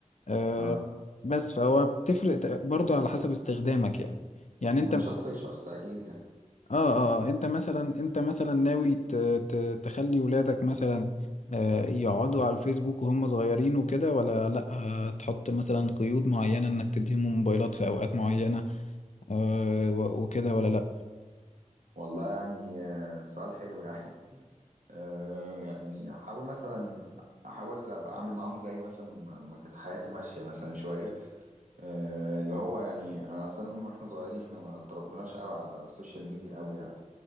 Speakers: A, on the left; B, on the right.
A: آه،
B: اه
A: بس فهو بتفرق ت- برضه على حسب استخدامك يعني يعني انت
B: ومن
A: مثلا
B: شخص لشخص اكيد يعني
A: اه اه آه، انت مثلا انت مثلا ناوي ت- ت- تخلي ولادك مثلا آه، يقعدوا على الفيسبوك وهم صغيرين وكده ولا لا هتحط مثلا قيود معينة انك تديهم موبايلات في اوقات معينة آه، و- وكده ولا لا
B: والله يعني آه، سؤال حلو يعني <laughs> آه يعني احاول مثلا احاول ابقى اعمل معاهم زي مثلا ما ما كانت حياتي ماشية مثلا شوية آه، اللي هو يعني انا اصلا من واحنا صغيرين احنا ما اتربناش قوي على السوشيال ميديا قوي يعني